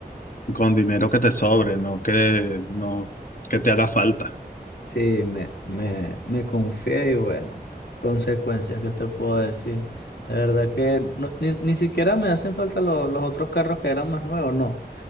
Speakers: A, on the left (about 55°); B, on the left (about 85°).
A: Con dinero que te sobre, no que, no que te haga falta.
B: Sí, me, me, me confié y bueno, consecuencias, ¿qué te puedo decir? De verdad que no- ni, ni siquiera me hacen falta lo- los otros carros que eran más nuevos, no.